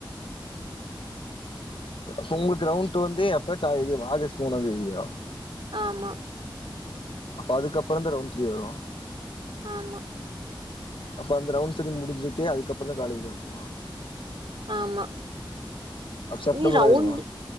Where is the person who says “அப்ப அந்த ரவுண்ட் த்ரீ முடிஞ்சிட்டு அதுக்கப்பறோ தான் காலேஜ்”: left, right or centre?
Left